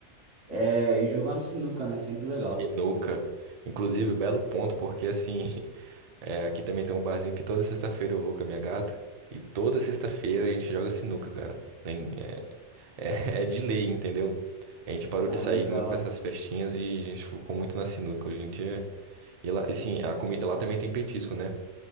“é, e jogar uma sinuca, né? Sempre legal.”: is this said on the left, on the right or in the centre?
Right